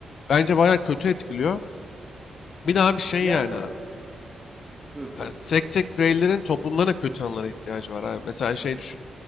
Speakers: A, on the left; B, on the right.
A: bence bayağı kötü etkiliyor. Bir daha bir şey
B: yani
A: yani abi.
B: buyur kanka.
A: Yani tek tek bireylerin toplumlarına kötü anılara ihtiyacı var abi. Mesela şey düşün.